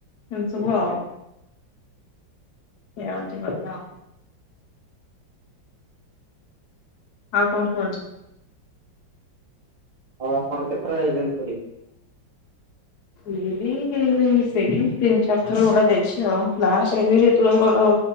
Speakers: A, on the left; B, on the right.
A: ଏମିତି
B: ହୁଁ
A: ସବୁ ଆଉ ଏଇଆ ହଉଚି କଥା। ଆଉ କଣ କୁହନ୍ତୁ?
B: ଆଉ ଆପଣଙ୍କ କେତେଥର ଯାଇଛନ୍ତି ପୁରୀ?
A: ଏଇ ସେଇ ତିନି ଚାରି ଥର ଭଳିଆ ଯାଇଛି ଆଉ ଲାଷ୍ଟ ଟାଇମରେ ଯେତବେଳେ ଆମର